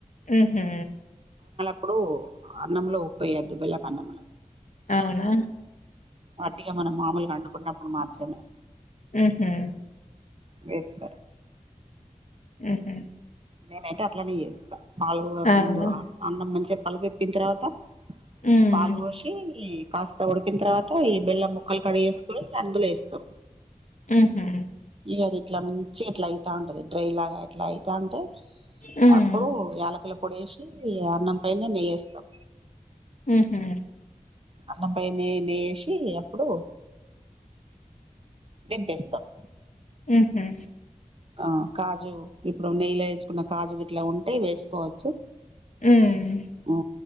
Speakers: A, on the left; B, on the right.
A: ఉహు
B: అప్పుడు అన్నంలో ఉప్పేయొద్దు బెల్లపన్నంలో
A: అవునా
B: వట్టిగా మనం మామూలుగా అండుకున్నప్పుడు మాత్రమే
A: ఉహు
B: వేస్తరు
A: ఉహు
B: నేనైతే అట్లనే చేస్తా పాలు
A: అవునా?
B: ముందు అన్నం మంచిగా పల దిప్పిన తర్వాత
A: హ్మ్.
B: పాలు పోషి కాస్త ఉడికిన తర్వాత ఈ బెల్లం ముక్కలు కడిగేసుకొని అందులో ఏస్కో
A: ఉహు
B: అది ఇట్లా ముంచి ఇట్లా అయితా ఉంటది డ్రై లాగా ఇట్లా అయితాంటే
A: హ్మ్.
B: అప్పుడు యాలకుల పొడేసి అన్నం పైనే నెయ్యేస్తాం
A: ఉహు
B: అన్నం పైనే నెయ్యిషి అప్పుడు దింపేస్తాం
A: ఉహు
B: ఆ కాజు ఇప్పుడు నెయ్యిల ఎంచుకున్న కాజు ఇట్లా ఉంటే వేసుకోవచ్చు
A: హ్మ్.
B: ఉ